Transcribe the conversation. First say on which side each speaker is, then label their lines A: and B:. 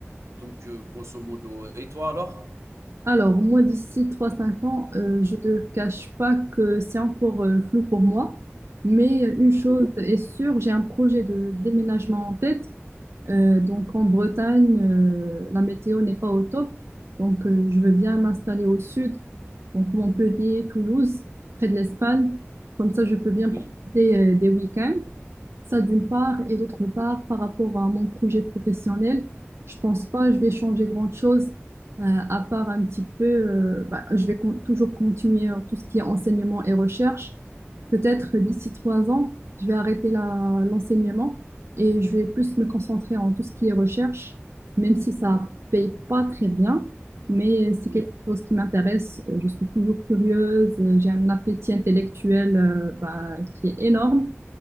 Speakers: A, on the right; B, on the right.
A: donc, euh, grosso modo. Et toi alors?
B: Alors, moi, d'ici trois cinq ans, euh, je te cache pas que c'est encore euh, flou pour moi, mais une chose
A: Oui,
B: est sûre, j'ai un projet de déménagement en tête Euh, donc en Bretagne, euh, la météo n'est pas au top. Donc euh, je veux bien m'installer au sud, donc Montpellier, Toulouse, près de l'Espagne. Comme ça, je peux bien
A: oui,
B: profiter euh, des week-ends. Ça d'une part, et d'autre part, par rapport à mon projet professionnel, je pense pas je vais changer grand-chose, euh, à part un petit peu, euh, bah, je vais con- toujours continuer euh, tout ce qui est enseignement et recherche. Peut-être d'ici trois ans, je vais arrêter la- l'enseignement et je vais plus me concentrer en tout ce qui est recherche, même si ça paye pas très bien, mais c'est
A: oui.
B: quelque chose qui m'intéresse. Euh, Je suis toujours curieuse, euh, j'ai un appétit intellectuel euh, bah, qui est énorme